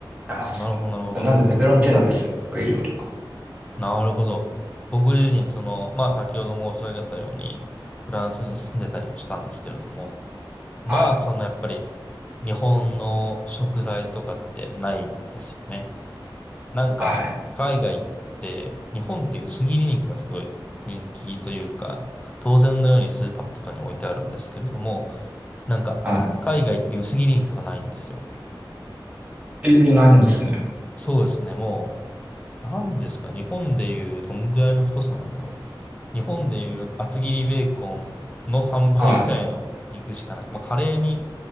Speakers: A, on the right; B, on the left.
A: やってましたね。
B: なるほど、なるほど。
A: なんでペペロンチーノですね、得意料理
B: なるほど。僕自身、その、まあ先ほど申し上げたように、フランスに住んでたりもしたんですけれども、まあそのやっぱり、
A: は。はい。
B: 日本の食材とかってないですよね。なんか、
A: はい。
B: 海外って、日本って薄切り肉がすごい人気というか、当然のようにスーパーとかに置いてあるんですけれども、なんか、
A: は
B: 海外って薄切り肉とかないんですよ。
A: い。えー、ないんですね。
B: そうですね、もう、なんですかね、日本でいうどんぐらいの太さなんだろう。日本でいう厚切りベーコンの3倍ぐらいの肉しかない。
A: はい。
B: まあ、カレーに